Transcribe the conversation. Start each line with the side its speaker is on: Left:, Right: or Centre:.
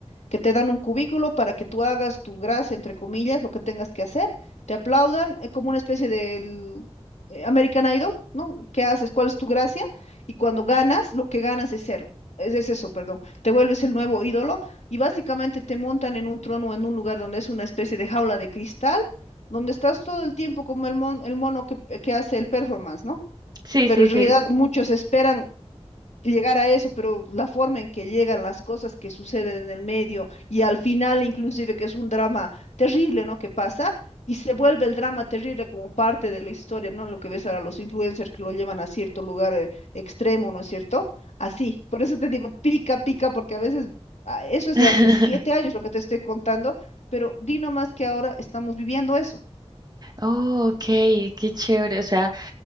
Left: que te dan un cubículo para que tú hagas tu gracia, entre comillas, lo que tengas que hacer, te aplaudan, eh, como una especie del eh, American Idol, ¿no? ¿Qué haces? ¿Cuál es tu gracia? Y cuando ganas, lo que ganas es cero. Es, es eso, perdón. Te vuelves el nuevo ídolo y básicamente te montan en un trono o en un lugar donde es una especie de jaula de cristal donde estás todo el tiempo como el, mon- el mono que, eh, que hace el performance, ¿no?
Right: Sí,
Left: Pero
Right: sí,
Left: en
Right: sí.
Left: realidad Claro. muchos esperan llegar a eso, pero la forma en que llegan las cosas que suceden en el medio y al final inclusive que es un drama terrible, ¿no? Que pasa y se vuelve el drama terrible como parte de la historia, ¿no? Lo que ves ahora los influencers que lo llevan a cierto lugar eh, extremo, ¿no es cierto? Así, por eso te digo, pica, pica, porque a veces ah, eso es
Right: <laughs>
Left: de hace siete años lo que te estoy contando, pero di nomás que ahora estamos viviendo eso.
Right: Oh, ok, qué chévere. O sea,